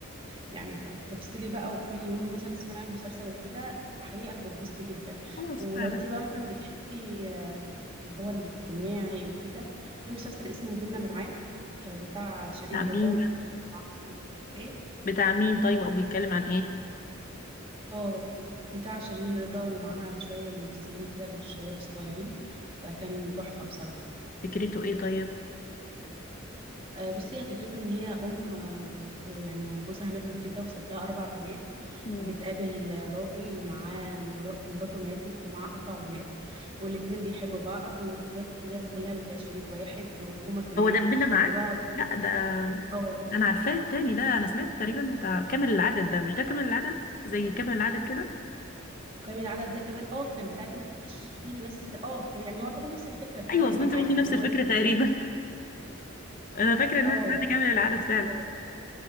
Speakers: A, on the right; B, on the left.
A: يعني ت- تفصلي بقى وكل يوم مثلا تسمعي مسلسل وكده حقيقة هتتبسطي جدا
B: خلاص
A: ولو
B: فعلا
A: انت بقى مثلا بتحبي آه، اللي هو الاجتماعي وكده في مسلسل اسمه بينا معاد آه، بتاع شيرين
B: بتاع مين
A: رضا
B: ده؟
A: ومعاهم ايه
B: بتاع مين طيب او بيتكلم عن ايه
A: اه بتاع شيرين رضا ومعاها شوية ممثلين كده الشباب الصغيرين فكان تحفة بصراحة
B: فكرته ايه طيب
A: آه، بصي هي فكرته ان هي ام آه، وز- ويعني وجوزها مات وكده وساب لها اربع بنات
B: مم.
A: بتقابل آه، راجل معاه مر- مراته ماتت ومعاه اربع ولاد والاتنين بيحبوا بعض والولاد كلها بتعيش في بيت واحد وهما كمان
B: هو دبنا معاك
A: وبقى
B: لا ده
A: اه
B: انا عارفاه التاني ده انا سمعت تقريبا بتاع كامل العدد ده مش ده كامل العدد زي كامل العدد كده
A: وكمان العدد ده كمان اه كان بتاع دينا الشربيني بس اه يعني هو يعتبر نفس الفكره بتاعت
B: ايوه اصل
A: بينا
B: انت
A: معاد
B: قلتي نفس
A: ان هو
B: الفكره
A: اللي-
B: تقريبا <laughs> انا فاكره ان
A: اه
B: انا سمعت كامل العدد
A: اللي
B: فعلا
A: هما